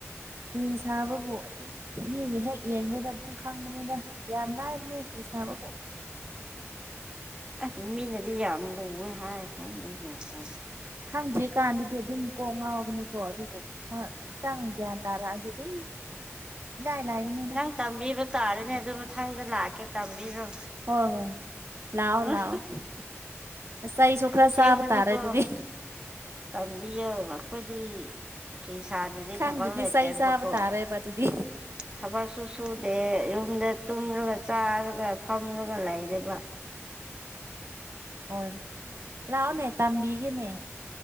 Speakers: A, on the right (about 60°); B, on the right (about 20°).
A: ꯐꯤ ꯁꯥꯕꯕꯨ ꯑꯗꯨꯝ ꯃꯤꯒꯤ ꯍꯦꯛ ꯌꯦꯡꯕꯗ ꯑꯗꯨꯝ ꯈꯪꯕꯅꯤꯅ ꯌꯥꯝ ꯂꯥꯏꯔꯅꯦ ꯆꯕꯣ
B: ꯑꯁꯗꯤ ꯃꯤꯅꯗꯤ ꯌꯥꯝ ꯂꯨꯋꯦ ꯍꯥꯏ ꯈꯪꯗꯦ ꯒ꯭ꯌꯥꯟ ꯇꯥꯗꯦ
A: ꯈꯪꯗ꯭ꯔꯤ ꯀꯥꯟꯗꯗꯤ ꯑꯗꯨꯝ ꯀꯣꯛ ꯉꯥꯎꯕꯅꯦꯀꯣ ꯑꯗꯨꯕꯨ ꯈꯤꯇꯪ ꯒ꯭ꯌꯥꯟ ꯇꯥꯔꯛꯑꯗꯤ ꯑꯗꯨꯝ ꯏꯂꯥꯏ ꯂꯥꯏꯕꯅꯤꯗ
B: ꯅꯪ ꯇꯝꯕꯤꯕ ꯇꯥꯔꯦꯅꯦ ꯑꯗꯨ ꯃꯊꯪꯗ ꯂꯥꯛꯀꯦ ꯇꯝꯕꯤꯔꯣ
A: ꯍꯣꯏ ꯍꯣꯏ ꯂꯥꯛꯑꯣ
B: ꯎꯝ
A: ꯂꯥꯛꯑꯣꯁꯥꯏꯁꯨꯈ꯭ꯔꯥ
B: ꯁꯦꯡꯕꯅꯤꯀꯣ
A: ꯆꯥꯕ ꯇꯥꯔꯦ ꯑꯗꯨꯤꯗꯤ
B: ꯇꯝꯕꯤꯌꯣ ꯑꯩꯈꯣꯏꯗꯤ ꯐ ꯁꯥꯗꯨꯗꯤ
A: ꯈꯪꯗꯨꯗꯤ
B: ꯊꯕꯛ ꯂꯩꯇꯦꯕꯀꯣꯕꯛ
A: ꯆꯩ ꯆꯥꯕ ꯇꯥꯔꯦꯕ ꯑꯗꯨꯗꯤ
B: ꯁꯨ ꯁꯨꯗꯦ ꯌꯨꯝꯗ ꯇꯨꯝꯂꯒ ꯆꯥꯔꯒ ꯐꯝꯂꯒ ꯂꯩꯔꯦꯕ
A: ꯍꯣꯏꯣꯏ ꯂꯥꯛꯑꯣꯅꯦ ꯇꯝꯕꯤꯒꯤꯅꯦ